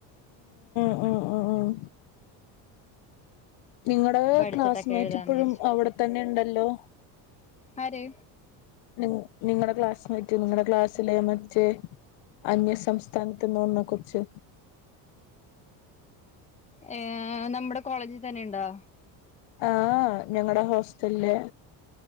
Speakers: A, on the left; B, on the left.
A: ആഹ് അഹ് ആഹ് നിങ്ങടെ
B: പഠിച്ചിട്ടൊക്കെ
A: ക്ലാസ്മേറ്റ്
B: എഴുതാന്ന്
A: ഇപ്പഴും
B: വിചാരിച്ചു
A: അവിടെത്തന്നെ ഉണ്ടല്ലോ
B: ആര്
A: നി നിങ്ങടെ ക്ലാസ്മേറ്റ് നിങ്ങടെ ക്ലാസ്സിലെ മറ്റേ അന്യ സംസ്ഥാനത്ത്ന്ന വന്ന കൊച്ച്.
B: ഏഹ് നമ്മുടെ കോളേജിൽ തന്നെ ഉണ്ടോ
A: ആഹ് ഞങ്ങടെ ഹോസ്റ്റലിലെ.